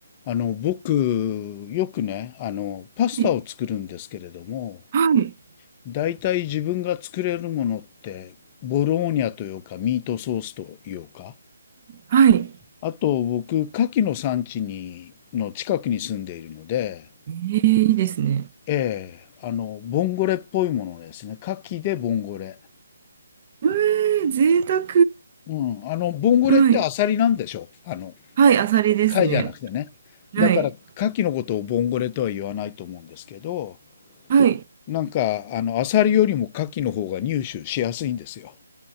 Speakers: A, on the left; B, on the right.
A: あの、僕、よくね、あの、パスタを作るんですけれども、
B: はい。はい。
A: 大体自分が作れるものって、ボローニャというか、ミートソースというか、
B: はい
A: あと僕、牡蠣の産地に、の近くに住んでいるので、
B: ええいいですね。
A: ええ、あの、ボンゴレっぽいものですね。牡蠣でボンゴレ。
B: ええ贅沢。
A: うん、あの、ボンゴレってアサリなんでしょあの、
B: はい。はい、あさりですね。
A: 貝じゃなくてね。
B: はい。
A: だから、牡蠣のことをボンゴレとは言わないと思うんですけど、
B: はい。
A: なんか、あの、アサリよりもカキの方が入手しやすいんですよ。